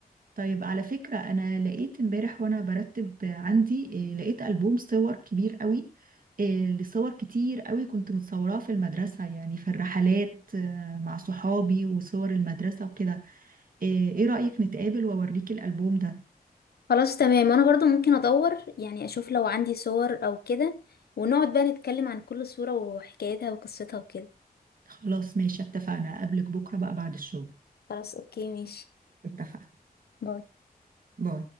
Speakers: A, on the right; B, on the left.
A: طيب على فكرة أنا لقيت امبارح وأنا برتب عندي إيه، لقيت ألبوم صور كبير قوي إيه، لصور كتير قوي كنت متصوراه في المدرسة يعني في الرحلات آه، مع صحابي وصور المدرسة وكده إيه إيه رأيك نتقابل وأوريك الألبوم ده
B: خلاص تمام انا برضو ممكن ادور يعني اشوف لو عندي صور او كده ونقعد بقى نتكلم عن كل صورة وحكايتها وقصتها وكده
A: خلاص ماشي اتفقنا أقابلك بكرة بقى بعد الشغل
B: خلاص اوكي ماشي
A: اتفقنا
B: باي
A: باي